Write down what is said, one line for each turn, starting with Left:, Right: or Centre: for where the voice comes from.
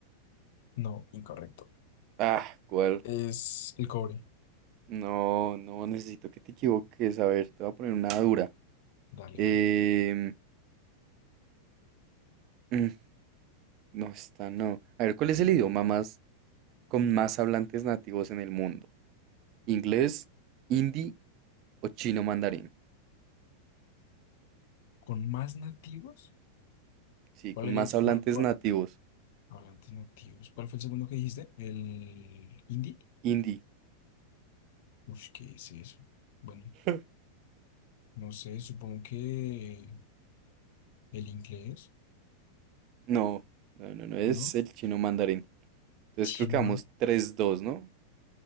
Left: No, incorrecto.
Right: Ah, ¿cuál?
Left: Es el cobre.
Right: No, no, necesito que te equivoques. A ver, te voy a poner una dura.
Left: Dale,
Right: Em,
Left: dale, dale.
Right: mm, no, está, no. A ver, ¿cuál es el idioma más con más hablantes nativos en el mundo? ¿Inglés, hindi o chino mandarín?
Left: ¿Con más nativos?
Right: Sí,
Left: ¿Cuál
Right: con
Left: era
Right: más
Left: el...
Right: hablantes
Left: cuál, cuál-
Right: nativos.
Left: Hablantes nativos. ¿Cuál fue el segundo que dijiste? ¿El hindi?
Right: Hindi.
Left: Uf, ¿qué es eso? Bueno,
Right: <laughs>
Left: no sé, supongo que el inglés,
Right: No, no, no, no es
Left: ¿no?
Right: el chino mandarín. Entonces
Left: Chino
Right: creo que vamos
Left: más.
Right: tres dos, ¿no?